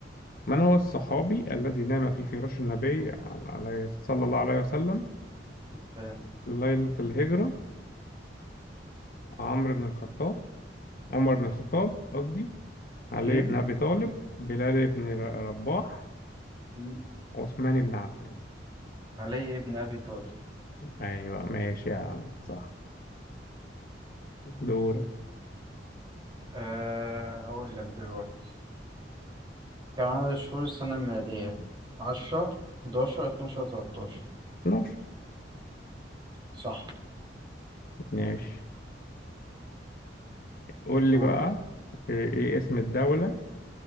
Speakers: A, on the left; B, on the right.
A: من هو الصحابي الذي نام في فراش النبي على- عليه صلى الله عليه وسلم
B: سلام.
A: ليلة الهجرة عمرو بن الخطاب عمر بن الخطاب قصدي علي
B: مم؟
A: بن أبي طالب بلال بن ر- رباح
B: مم.
A: عثمان بن عفان
B: علي ابن أبي طالب
A: أيوة ماشي يا عم صح دورك
B: أه هقول لك دلوقتي كم عدد شهور السنة الميلادية عشرة حداشر اتناشر تلاتاشر
A: نوش
B: صح
A: ماشي قول لي
B: دور
A: بقى إيه إيه اسم الدولة